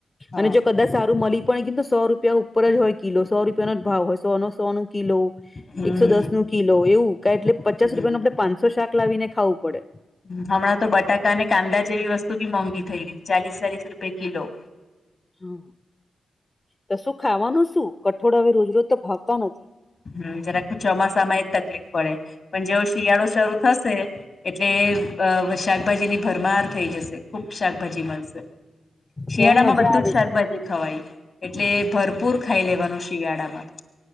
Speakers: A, on the left; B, on the left.
A: હા
B: અને જો કદાચ સારું મળ પણ ક સો રૂપિયા ઉપર જ હોય કિલો સો રૂપિયાનોો જ ભાવ હોય સો નો સો નો કિલો
A: હમ
B: એકસો દસ નું કિલો એવું ક એટલે પચાસ
A: હમ
B: રૂપિયાનું આપડણે પાંચસો શાક લાવીને ખાવું પડે
A: હમણાં તો બટાકા અને કાંદા જેવી વસ્તુ બી મોંઘી થઈ ચાલીસ ચાલીસ રૂપે કિલો
B: હા તો શું ખાવાનું શું કઠોળ હવે રોજ રોજ તો ભાવતા નથી
A: હમ જરા ચોમાસામાં એ તકલીફ પડે પણ જેવો શિયાળો શરૂ થશે એટલે શાકભાજીની ભરમાર થઈ જશે ખુબ શાકભાજી મળશે શિયાળા
B: ત્યારે મજા
A: માં બધું
B: આવે
A: જ શાકભાજી
B: છે.
A: ખવાય એટલે ભરપૂર ખાઈ લેવાનું શિયાળામાં